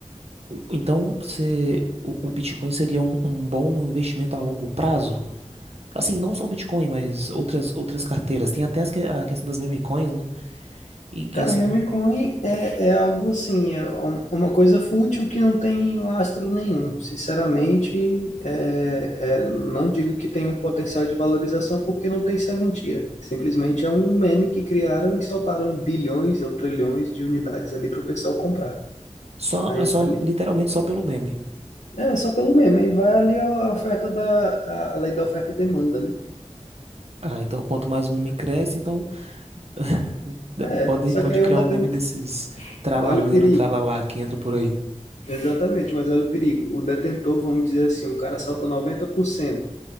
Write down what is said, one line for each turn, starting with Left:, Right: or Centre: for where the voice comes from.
Right: o- então você, o, o Bitcoin seria um, um bom investimento a longo prazo? Assim, não só o Bitcoin, mas outras, outras carteiras. Tem até as que- a questão das meme coins, né? E,
Left: Cara,
Right: e, assim,
Left: meme coin é, é algo assim, é um- uma coisa fútil que não tem lastro nenhum. Sinceramente, é, é, não digo que tem um potencial de valorização porque não tem serventia. Simplesmente é um meme que criaram e soltaram bilhões ou trilhões de unidades ali para o pessoal comprar.
Right: só,
Left: Aí,
Right: é só,
Left: vale
Right: literalmente só pelo meme.
Left: É, só pelo meme. Aí vale a oferta da, a, a lei da oferta e demanda, né?
Right: Ah, então quanto mais o meme cresce, então <laughs>
Left: É,
Right: pode,
Left: só
Right: pode
Left: que aí
Right: criar
Left: o detentor,
Right: um meme desses tralaleiro,
Left: olha o perigo.
Right: tralalá que entra por aí.
Left: Exatamente, mas olha o perigo. O detentor, vamos dizer assim, o cara salta 90%